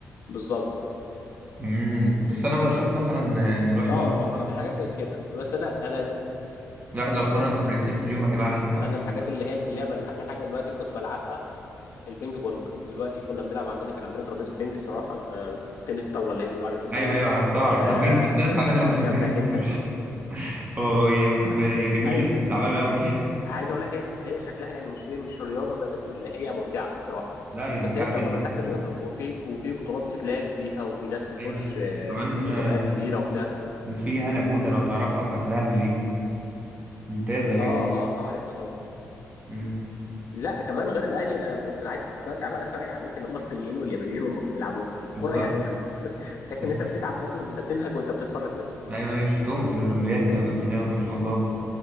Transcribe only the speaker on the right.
مم. بس انا بشوف مثلا ان الواحد
لو اتمرن
الواحد لو اتمرن تمرينتين في اليوم هيبقى احسن مثلا
ايوه ايوه
عرفتها عرفتها
البنج بس انا تعبان
قوي في البنج
بصراحة <laughs> هو هي
تمر- هي جميلة
بس تعبان قوي فيها <laughs>
لا هي
ممتعة
جدا
جدا
ايوه ايوه
كمان آه،
وفي هنا جودة لو تعرفها بتاعت الاهلي دي ممتازة هي
فيها
مم.
بالظبط
<laughs>
ايوه ايوه شفتهم في الاولمبياد كانوا جامدين قوي ما شاء الله